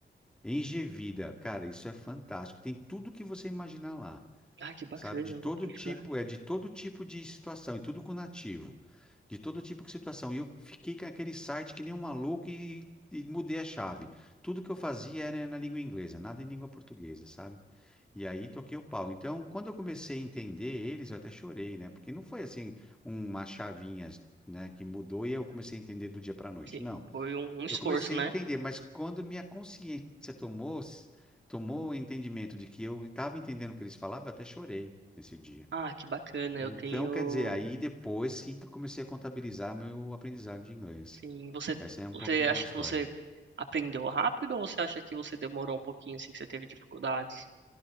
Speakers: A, in the centre; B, on the right.
A: Engevida, cara, isso é fantástico. Tem tudo que você imaginar lá,
B: Ah, que bacana.
A: sabe? De
B: Eu
A: todo
B: vou procurar.
A: tipo, é de todo tipo de situação e tudo com nativo. De todo tipo de situação. E eu fiquei com aquele site que nem um maluco e, e mudei a chave. Tudo que eu fazia era na língua inglesa, nada em língua portuguesa, sabe? E aí toquei o pau. Então, quando eu comecei a entender eles, eu até chorei, né? Porque não foi assim uma chavinha, né, que mudou e eu comecei a entender do dia para noite.
B: Sim,
A: Não.
B: foi um, um esforço,
A: Eu comecei
B: né?
A: a entender, mas quando minha consciência tomou tomou o entendimento de que eu estava entendendo o que eles falavam, eu até chorei nesse dia.
B: Ah, que bacana,
A: Então,
B: eu tenho.
A: quer dizer, aí depois sim que eu comecei a contabilizar meu aprendizado de inglês.
B: Sim, você,
A: Essa é um
B: você
A: pouco da
B: acha
A: minha história.
B: que você aprendeu rápido ou você acha que você demorou um pouquinho, assim, que você teve dificuldades?